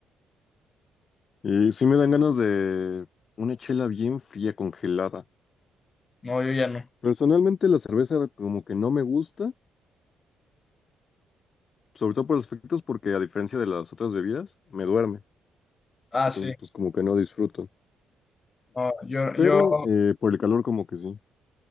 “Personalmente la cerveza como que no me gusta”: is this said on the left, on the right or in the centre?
Left